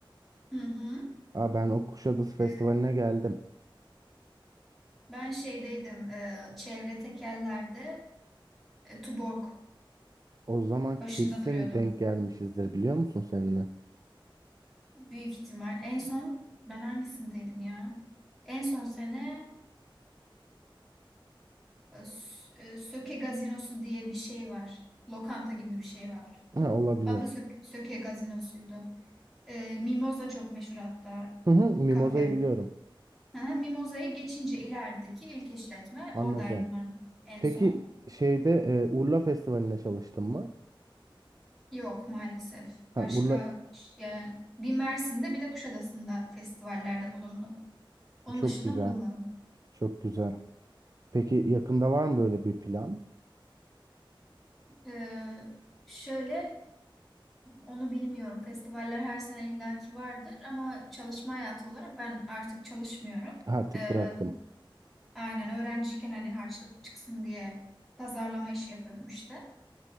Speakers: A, in the centre; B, on the right.
A: Hı hı.
B: Aa ben o Kuşadası Festivali'ne
A: E,
B: geldim.
A: ben şeydeydim. E, çevre tekerlerde e, Tuborg
B: O zaman
A: başında
B: kesin
A: duruyordum.
B: denk gelmişizdir biliyor musun seninle?
A: Büyük ihtimal. En son ben hangisindeydim ya? En son sene e, S- e, Söke Gazinosu diye bir şey var. Lokanta gibi bir şey var.
B: Ha, olabilir.
A: Adı Sök Söke Gazinosu'ydu. E, Mimoza çok meşhur hatta
B: Hı hı, Mimoza'yı
A: kafe.
B: biliyorum.
A: Hı hı, Mimoza'ya geçince ilerideki ilk işletme
B: Anladım.
A: oradaydım ben en
B: Peki
A: son.
B: şeyde e, Urla Festivali'nde çalıştın mı?
A: Yok maalesef.
B: Ha,
A: Başka
B: Urla
A: ş- ya, bir Mersin'de bir de Kuşadası'nda festivallerde bulundum. Onun
B: çok
A: dışında
B: güzel.
A: bulunmadım.
B: Çok güzel. Peki yakında var mı böyle bir plan?
A: E, şöyle Onu bilmiyorum. Festivaller her sene illaki vardır ama çalışma hayatı olarak ben artık çalışmıyorum.
B: Artık
A: Ee,
B: bıraktım.
A: aynen öğrenciyken hani harçlık çıksın diye pazarlama işi yapıyordum işte.